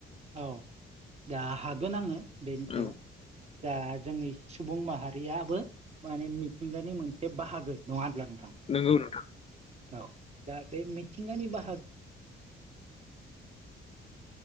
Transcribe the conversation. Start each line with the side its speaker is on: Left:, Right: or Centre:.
Right: औ दा हागोन आङो बेनि सायाव
Left: औ
Right: दा जोंनि सुबुं माहारियाबो माने मिथिंगानि मोनसे बाहागो नङा नोंथां
Left: नोंगौ नोंथां।
Right: औ दा बे मिथिंगानि बाहाग